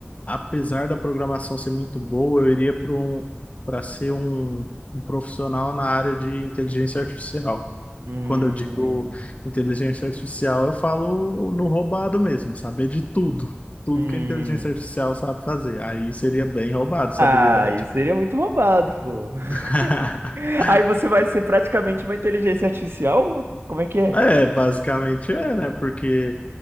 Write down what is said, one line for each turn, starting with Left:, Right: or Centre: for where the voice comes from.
Left: apesar da programação ser muito boa, eu iria para um, para ser um, um profissional na área de inteligência artificial.
Right: Hum,
Left: Quando eu digo inteligência artificial, eu falo no roubado mesmo, saber de tudo, tudo
Right: hum.
Left: que a inteligência artificial sabe fazer. Aí seria bem roubado essa
Right: Ah,
Left: habilidade.
Right: isso seria muito roubado, pô.
Left: <laughs>
Right: <laughs> Aí você vai ser praticamente uma inteligência artificial? Como é que é?
Left: É, basicamente é, né? Porque